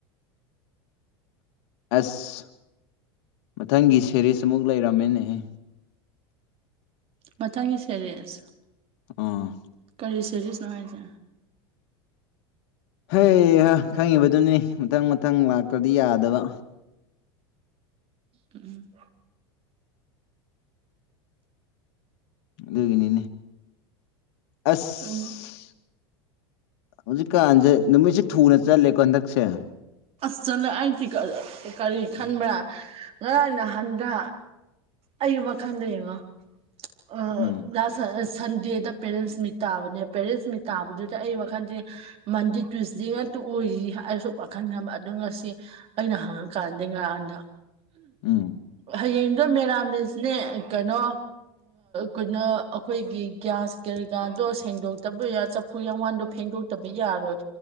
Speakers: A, on the left; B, on the right.
A: ꯑꯁ ꯃꯊꯪꯒꯤ ꯁꯦꯔꯤꯁ ꯑꯃꯨꯛ ꯂꯩꯔꯝꯃꯦꯅꯦꯍꯦ
B: ꯃꯊꯪꯒꯤ ꯁꯦꯔꯁ
A: ꯑꯥ <unintelligible> <inaudible>
B: ꯁꯔꯤ ꯁꯔꯤꯁ ꯅꯨꯡꯉꯥꯏꯁꯦ
A: ꯍ ꯈꯪꯉꯤꯕꯗꯨꯅꯤ ꯃꯊꯪ ꯃꯊꯪ ꯂꯥꯛꯇ꯭ꯔꯗꯤ ꯌꯥꯗꯕ
B: ꯎꯝ <unintelligible> <inaudible>
A: ꯑꯗꯨꯒꯤꯅꯤꯅꯤ ꯑꯁ
B: ꯎꯝ
A: ꯍꯧꯖꯤꯛꯀꯥꯟꯁꯦ ꯅꯨꯃꯤꯠꯁꯦ ꯊꯨꯅ ꯆꯠꯂꯦꯀꯣ ꯍꯟꯗꯛꯁꯦ
B: ꯑꯁ ꯆꯠꯂꯦ ꯑꯩꯗꯤ ꯀꯔꯤ ꯈꯟꯕ꯭ꯔꯥ ꯉꯔꯥꯡ ꯅꯍꯥꯟꯒ꯭ꯔ ꯑꯌꯨ ꯋꯥ ꯈꯪꯗ ꯑꯃ ꯑ
A: ꯎꯝ
B: ꯂ <inaudible> ꯁꯟꯗꯦꯗ ꯄꯦꯔꯦꯟꯁ ꯃꯤꯠ ꯇꯥꯕꯅꯦ ꯄꯦꯔꯦꯟꯁ ꯃꯤꯠ ꯇꯥꯕꯗꯨꯗ ꯑꯩ ꯋꯥꯈꯟꯗꯤ ꯃꯟꯗꯦ ꯇ꯭ꯋꯏꯁꯗꯦꯒ ꯑꯣꯏ <unintelligible> <inaudible> ꯈꯪꯅꯕ ꯑꯗꯨ ꯉꯁꯤ ꯑꯩꯅ ꯍꯪꯉꯀꯥꯟꯗ ꯉꯔꯥꯡꯗ
A: ꯎꯝ
B: ꯍꯌꯦꯡ ꯑꯗ ꯃꯦꯔꯥꯃꯤꯁꯅꯦ ꯀꯩꯅꯣ ꯀꯩꯅꯣ ꯑꯩꯈꯣꯏꯒꯤ ꯒ꯭ꯌꯥꯁ ꯀꯔꯤ ꯀꯥ ꯑꯣ ꯁꯦꯡꯗꯣꯛꯇꯕ ꯌꯥ ꯆꯐꯨ ꯌꯥꯡꯋꯥꯟꯗꯣ ꯐꯦꯡꯗꯣꯛꯇꯕ ꯌꯥꯔꯣꯏ